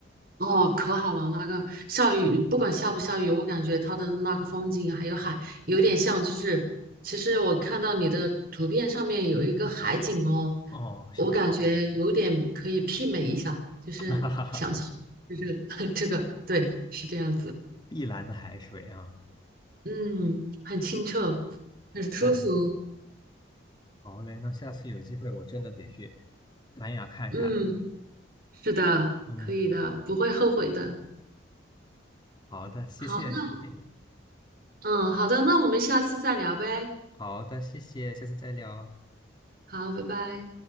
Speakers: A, on the right; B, on the left.
A: 哦，可好了，那个下雨，不管下不下雨，我感觉它的那个风景还有海，有点像，就是其实我看到你的图片上面有一个海景哦，
B: 哦，是的，
A: 我感觉有点可以媲美一下，就是想象，
B: <laughs> 哈哈哈
A: 就是 <laughs> 这个，<laughs> 这个，对，是这样子。
B: 碧蓝的海水啊。
A: 嗯，很清澈，很舒服。
B: 看。好嘞，那下次有机会我真的得去三亚看看。
A: 嗯，是的，
B: 嗯，
A: 可以的，不会后悔的。
B: 好的，谢谢你的建议。
A: 好，那嗯，好的，那我们下次再聊呗。
B: 好的，谢谢，下次再聊。
A: 好，拜拜。